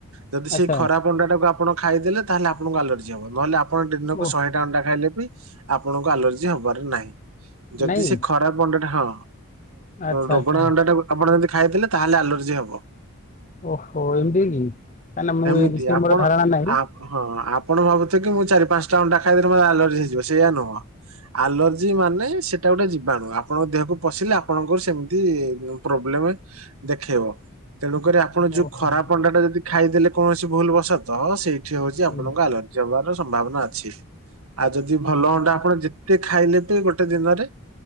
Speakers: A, on the right; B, on the left.
A: ଯଦି ସେଇ
B: ଆଚ୍ଛା
A: ଖରା ଅଣ୍ଡା ଟାକୁ ଆପଣ ଖାଇଦେଲେ ତାହେଲେ ଆପଣଙ୍କୁ ଆଲର୍ଜି ହବ ନହେଲେ ଆପଣ ଦିନକୁ
B: ଓହ
A: ଶହେଟା ଅଣ୍ଡା ଖାଇଲେ ବି ଆପଣଙ୍କୁ ଆଲର୍ଜି ହବାର ନାହିଁ। ଯଦି
B: ନାଇଁ
A: ସେ ଖରାପ ଅଣ୍ଡାଟା ହଁ
B: ଆଚ୍ଛା
A: ରୋଗଣା
B: ଆଚ୍ଛା
A: ଅଣ୍ଡା ଟା ଆପଣ ଦି ଖାଇଦେଲେ ତାହେଲେ ଆଲର୍ଜି ହବ।
B: ଓହୋ ଏମିତି କି କାହିଁକିନା ମୁଁ
A: ଏମିତି
B: ଏ ବିଷୟରେ
A: ଆପଣ
B: ମୋର ଧାରଣା ନାହିଁ।
A: ଆପ୍ ହଁ ଅଁ ଆପ ଆପଣ ଭାବୁଥିବେ କି ମୁଁ ଚାରି ପାଞ୍ଚଟା ଅଣ୍ଡା ଖାଇଦେଲେ ମେ ଆଲର୍ଜି ହେଇଯିବ ସେଇଆ ନୁହଁ। ଆଲର୍ଜି ମାନେ ସେଇଟା ଗୋଟେ ବାଣୁ ଆପଣଙ୍କ ଦେହକୁ ପଶିଲେ ଆପଣଙ୍କର ସେମତି ପ୍ରୋବ୍ଲେମ୍ ଦେଖେଇବ। ତେଣୁକରି ଆପଣ ଯୋଉ
B: ଓହୋ
A: ଖରାପ ଅଣ୍ଡା ଟା ଯଦି ଖାଇଦେଲେ କୌଣସି ଭୁଲ ବସତ ସେଇ ଠି ହଉଚି ଆପଣଙ୍କ
B: ହୁଁ
A: ଆଲର୍ଜି ହବାର ସମ୍ଭାବନା ଅଛି ଆଉ ଯଦି ଭଲ ଅଣ୍ଡା ଆପଣ ଯେ ଟିକେ ଖାଇଲେ ତି ଗୋଟେ ଦିନରେ